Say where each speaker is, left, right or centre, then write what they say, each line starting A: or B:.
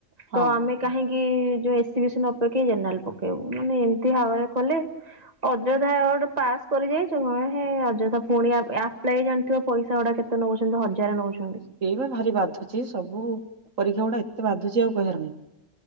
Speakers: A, on the right; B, on the right.
A: ହଁ
B: ତ ଆମେ କାହିଁକି ଯୋଉ ଏସି ବିସି ନା ପ କେଇ ଜେନେରାଲ ପକେଇବୁ ମାନେ ଏମିତି <unintelligible> କଲେ ଅଯୋଥା ଗୋଟେ ପାସ୍ କରି ଯାଇଚୁ କଣ ହେଇ ଅଯୋଥା ଫୁଣି ଆପ୍ ଆପ୍ଲାଏ ଜାଣିଥିବ ପଇସା ଗୁଡା କେ ନୋଉଛନ୍ତି ହଜାର ନୋଉଛ
A: ସେଇ ବା ଭାରି ବାଧୁଛି ସବୁ ପରୀକ୍ଷା ଗୁଡା ଏତେ ବାଧୁଛି ଆଉ କହିବାର ନାଇଁ।